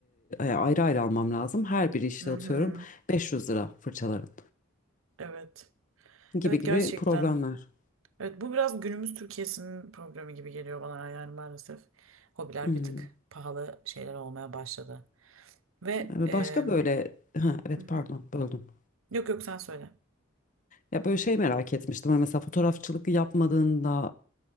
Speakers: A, on the left; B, on the right.
A: e, ayrı ayrı almam lazım her biri işte
B: Hı
A: atıyorum
B: hı.
A: 500 lira fırçaların
B: Evet.
A: gibi
B: Evet
A: gibi
B: gerçekten.
A: problemler.
B: Evet bu biraz günümüz Türkiye'sinin problemi gibi geliyor bana yani maalesef. Hobiler
A: Hmm.
B: bir tık pahalı şeyler olmaya başladı. Ve
A: Başka
B: em,
A: böyle ha, evet
B: Hı hı.
A: pardon böldüm.
B: yok yok sen söyle.
A: Ya böyle şey merak etmiştim. Hani mesela fotoğrafçılık yapmadığında